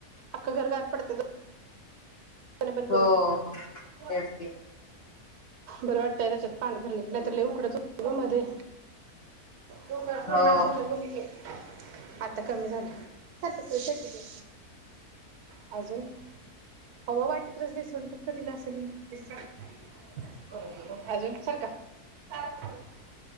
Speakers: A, on the right; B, on the left.
A: अख्ख घर गार पडतय गं. बंद
B: हो
A: करू <unintelligible>
B: तेच ते
A: बरं वाटतंय त्याच्यात पाणी भरल की नाही तर लय उकडत होत गं मध्ये डोक्यावर परिणाम
B: हो
A: झालाय <unintelligible> आता कमी झाल सारिक <unintelligible> अजून अहो वाटीत रस दिसून <unintelligible> दिलास. <unintelligible> अजून सरका <unintelligible>